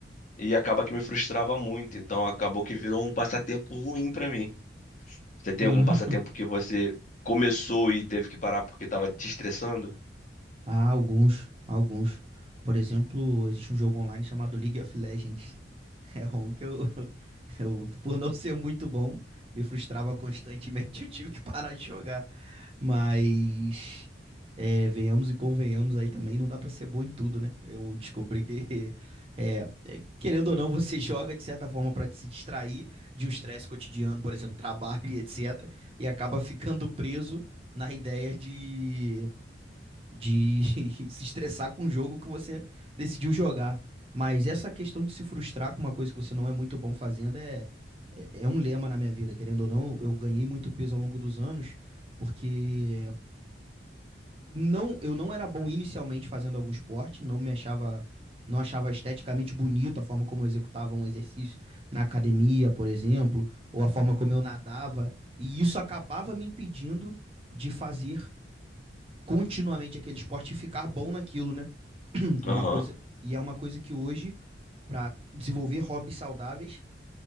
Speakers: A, on the left; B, on the right.
A: e acaba que me frustrava muito. Então, acabou que virou um passatempo ruim pra mim. Você tem
B: <laughs>
A: algum passatempo que você começou e teve que parar porque tava te estressando?
B: Há alguns, alguns. Por exemplo, existe um jogo online chamado League of Legends. <laughs> É um que eu, <laughs> eu, por não ser muito bom, me frustrava constantemente. <laughs> Eu tive que parar de jogar. Mas, é, venhamos e convenhamos aí também, não dá pra ser bom em tudo, né? Eu descobri que, <laughs> é, é, querendo ou não, você joga de certa forma pra se distrair de um estresse cotidiano, por exemplo, <laughs> trabalho e etc. E acaba ficando preso na ideia de de <laughs> se estressar com o jogo que você decidiu jogar. Mas essa questão de se frustrar com uma coisa que você não é muito bom fazendo é, é, é um lema na minha vida, querendo ou não. Eu ganhei muito peso ao longo dos anos, porque não, eu não era bom inicialmente fazendo algum esporte, não me achava. Não achava esteticamente bonito a forma como eu executava um exercício na academia, por exemplo, ou a forma como eu nadava. E isso acabava me impedindo de fazer continuamente aquele esporte e ficar bom naquilo, né? Uma
A: Aham.
B: coisa, e é uma coisa que hoje, para desenvolver hobbies saudáveis,